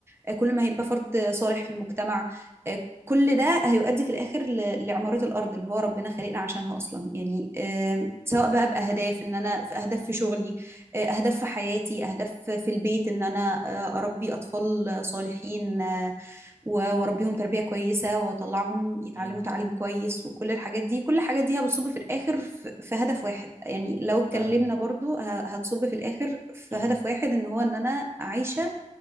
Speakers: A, on the right; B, on the left.
A: آه، كل ما هيبقى فرد صالح في المجتمع آه، كل ده هيؤدي في الآخر ل- لعمارة الأرض اللي هو ربنا خلقنا عشانها أصلا يعني آه، سواء بقى بأهداف إن أنا في أهداف في شغلي آه، أهداف في حياتي أهداف في البيت إن أنا آه، أربي أطفال صالحين آه، و- وأربيهم تربية كويسة وأطلعهم يتعلموا
B: مم.
A: تعليم كويس وكل الحاجات دي كل الحاجات دي هتصب في الآخر في في هدف واحد يعني لو اتكلمنا
B: فاهمك
A: برضو ه- هتصب في الآخر في
B: مم.
A: هدف واحد إن هو إن أنا عايشة